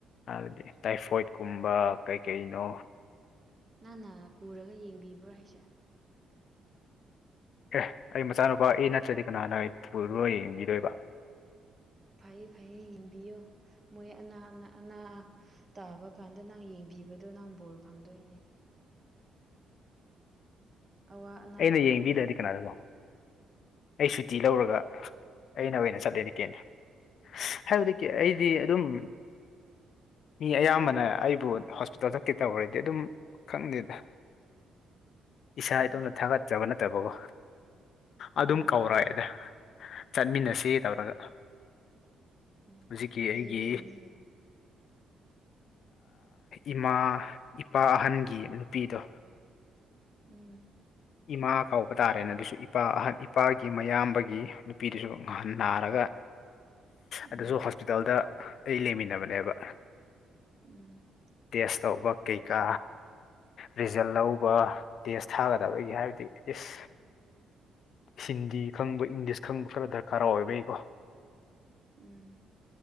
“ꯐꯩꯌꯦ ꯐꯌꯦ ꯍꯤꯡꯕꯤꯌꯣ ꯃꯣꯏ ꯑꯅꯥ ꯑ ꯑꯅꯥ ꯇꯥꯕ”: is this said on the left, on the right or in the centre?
Right